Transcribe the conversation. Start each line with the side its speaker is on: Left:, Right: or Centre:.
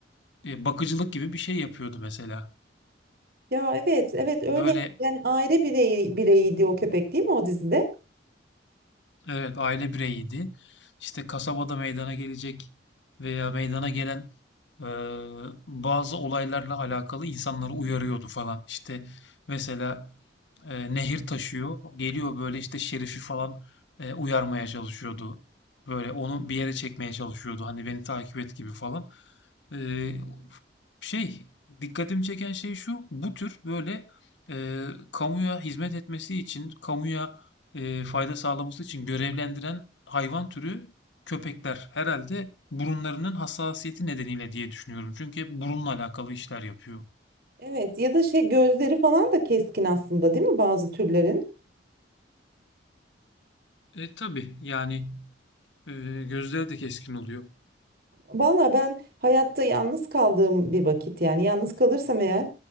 Left: e, bakıcılık gibi bir şey yapıyordu mesela.
Right: Ya evet, evet öyle
Left: Böyle
Right: yani aile bireyi, bireyiydi o köpek değil mi o dizide?
Left: evet aile bireyiydi. İşte kasabada meydana gelecek veya meydana gelen eee, bazı olaylarla alakalı insanları uyarıyordu falan. İşte mesela eee, nehir taşıyor. Geliyor böyle işte Şerif'i falan eee, uyarmaya çalışıyordu. Böyle onu bir yere çekmeye çalışıyordu. Hani beni takip et gibi falan. Ee, şey dikkatimi çeken şey şu bu tür böyle e, kamuya hizmet etmesi için kamuya e, fayda sağlaması için görevlendiren hayvan türü köpekler herhalde burunlarının hassasiyeti nedeniyle diye düşünüyorum. Çünkü hep burunla alakalı işler yapıyor.
Right: Evet ya da şey gözleri falan da keskin aslında değil mi bazı türlerin?
Left: E tabii yani e, gözleri de keskin oluyor.
Right: Valla ben hayatta yalnız kaldığım bir vakit yani yalnız kalırsam eğer